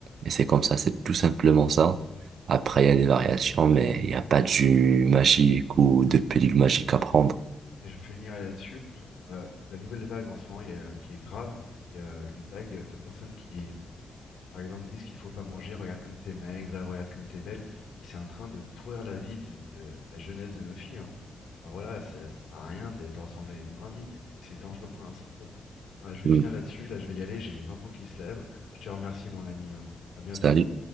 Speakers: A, on the right; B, on the left.
A: et c'est comme ça, c'est tout simplement ça. Après, il y a des variations, mais il n'y a pas de jus magique ou de pilule magique à prendre.
B: Et je finirai là-dessus. Euh, la nouvelle vague en ce moment il y a- qui est grave, c'est euh, une vague de personnes qui, par exemple, disent qu'il faut pas manger, regarde comme t'es maigre, regarde comme t'es belle. Et c'est en train de pourrir la vie d'une- de la jeunesse de nos filles. hein. Enfin, voilà, ça, ça sert à rien d'être de ressembler à une brindille. Et c'est dangereux pour la santé. Enfin, je vais finir
A: Mm.
B: là-dessus. Là, je vais y aller. J'ai les enfants qui se lèvent. Je te remercie, mon ami. hein. À bientôt.
A: Salut.